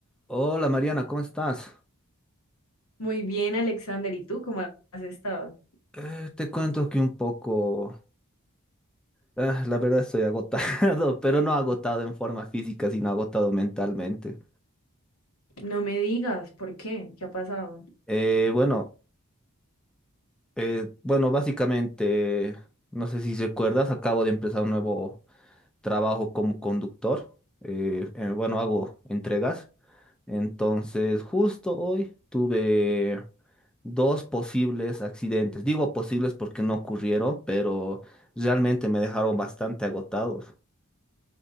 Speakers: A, in the centre; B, on the left.
A: Hola Mariana, ¿cómo estás?
B: Muy bien, Alexander. ¿Y tú cómo has estado?
A: Eh, te cuento que un poco, ah, la verdad estoy agotado, <laughs> pero no agotado en forma física, sino agotado mentalmente.
B: No me digas, ¿por qué? ¿Qué ha pasado?
A: Eh, bueno, eh, bueno, básicamente, no sé si recuerdas, acabo de empezar un nuevo trabajo como conductor. Eh, eh, bueno, hago entregas. Entonces, justo hoy tuve dos posibles accidentes. Digo posibles porque no ocurrieron, pero realmente me dejaron bastante agotados.